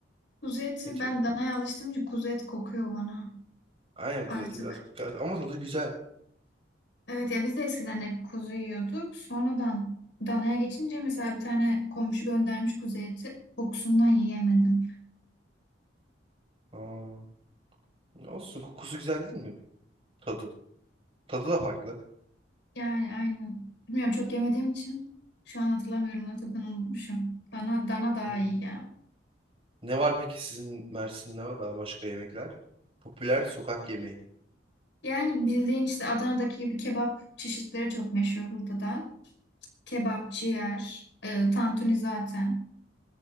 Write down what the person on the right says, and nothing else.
Kötü.
Aynen kuzu
eti biraz kokuyor. Ama tadı güzel.
Aa, olsun kokusu güzel değil mi? Tadı. Tadı da farklı.
Hmm.
Ne var peki sizin Mersin'de daha başka yemekler? Popüler sokak yemeği.